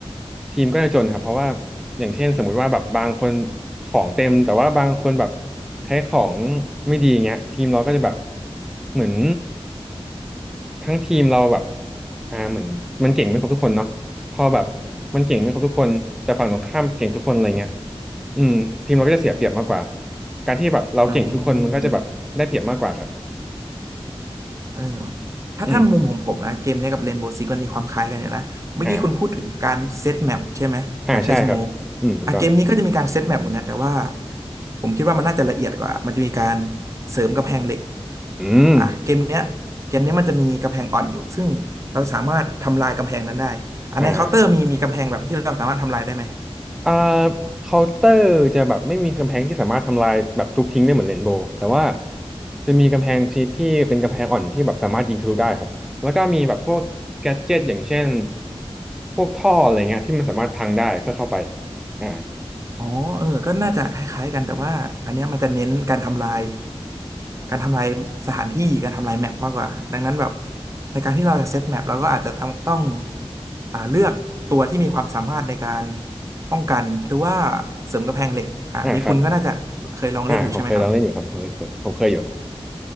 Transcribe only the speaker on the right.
อ๋อ เออถ้าท่านมุมของผมนะเกมเนี้ยกับเรนโบว์ซิกมันมีความคล้ายกันอยู่นะเมื่อกี้คุณพูดถึงการเซตแมปใช่ไหมการใช้สโมก
อ่ะเกมนี้ก็จะมีการเซตแมปเหมือนกันแต่ว่าผมคิดว่ามันน่าจะละเอียดกว่ามันจะมีการเสริมกำแพงเหล็ก
อ่ะเกมเนี้ยเกมเนี้ยมันจะมีกำแพงอ่อนอยู่ซึ่งเราสามารถทำลายกำแพงนั้นได้อันในเคาน์เตอร์มีมีกำแพงแบบที่เราสามารถทำลายได้ไหม
อ๋อเออก็น่าจะคล้ายๆกันแต่ว่าอันเนี้ยมันจะเน้นการทำลายการทำลายสถานที่การทำลายแมปมากกว่าดังนั้นแบบในการที่เราจะเซตแมปเราก็อาจจะต้องต้องอ่าเลือกตัวที่มีความสามารถในการป้องกันหรือว่าเสริมกำแพงเหล็กอ่าอันนี้คุณก็น่าจะเคยลองเล่นอยู่ใช่ไหมครับ